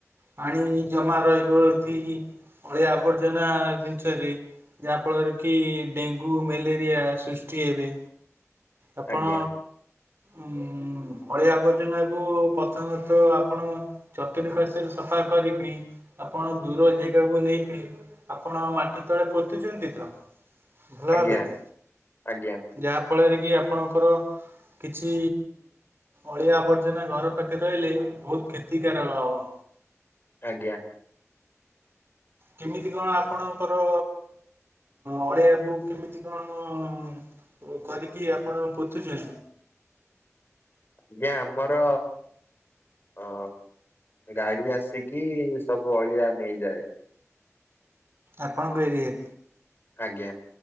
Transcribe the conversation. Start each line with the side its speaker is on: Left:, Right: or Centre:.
Right: ପାଣି ଜମା ରହିବ ଅଳିଆ ଆବର୍ଜନା ଜିନିଷରେ। ଯାହାଫଳରେ କି ଡେଙ୍ଗୁ ମ୍ୟାଲେରିଆ ସୃଷ୍ଟି ହେବେ। ଆପଣ।
Left: ଆଜ୍ଞା
Right: ଉଁ ଅଳିଆ ଆବର୍ଜନାକୁ ପ୍ରଥମତ ଆପଣ ଚତୁଃପାଶ୍ୱରେ ସଫା କରିକିଣି ଆପଣ ଦୂର ଜାଗାକୁ ନେଇକି ଆପଣ ମାଟି ତଳେ ପୋତୁଛନ୍ତି ତ। ଭଲ
Left: ଆଜ୍ଞା
Right: ଭାବରେ
Left: ଆଜ୍ଞା
Right: ଯାହା ଫଳରେ କି ଆପଣଙ୍କର କିଛି ଅଳିଆ ଆବର୍ଜନା ଘର ପାଖେ ରହିଲେ ବହୁତ କ୍ଷତିକାରକ ହବ।
Left: ଆଜ୍ଞା।
Right: କେମିତି କଣ ଆପଣଙ୍କର ଅଳିଆକୁ କେମିତି କଣ? ଓ କରିକି ଆପଣ ପୋତୁଛନ୍ତି।
Left: ଆଜ୍ଞା ଆମର ଅ ଗାଡି ଆସିକି ସବୁ ଅଳିଆ ନେଇଯାଏ।
Right: ଆପଣଙ୍କ ଏରିଆରେ
Left: ଆଜ୍ଞା।